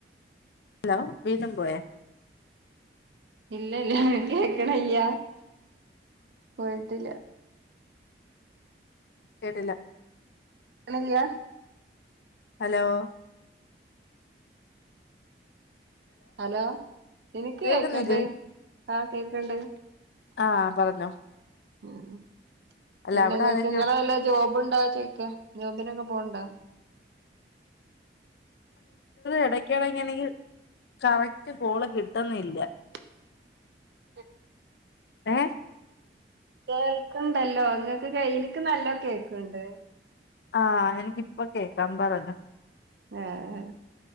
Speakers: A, on the left (about 70°); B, on the right (about 75°).
A: ഹലോ വീണ്ടും പോയോ
B: ഇല്ല ഇല്ല കേക്ക്ണില്ല പോയിട്ടില്ല
A: കേട്ടില്ല
B: കേക്ക്‌ണില്ല
A: ഹലോ
B: ഹലോ എനിക്ക്
A: കേക്കുന്നില്ലേ
B: കേക്ക്ണ്ട് ആഹ് കേക്ക്ണ്ട്
A: ആഹ് പറഞ്ഞോ
B: ഉം
A: അല്ല
B: പിന്നെ
A: അവിടെ
B: ഇങ്ങക്ക്
A: ആരൊക്കെയു
B: ഇങ്ങള് വല്ല ജോബ് പോണുണ്ടോ ചോയ്ക്ക. ജോബിനൊക്കെ പോണുണ്ടോ
A: ഇടക്കെട‌ക്ക് എനിക്ക് കറക്റ്റ് കോള് കിട്ടുന്നില്ല
B: <inaudible>
A: ഏ
B: കേൾക്ക്ണ്ടല്ലോ ഇങ്ങക്ക് ഇൻക് നല്ലോ കേക്കണ്ട്
A: ആഹ് എനിക്ക് ഇപ്പൊ കേക്കാം പറഞ്ഞോ
B: ആഹ്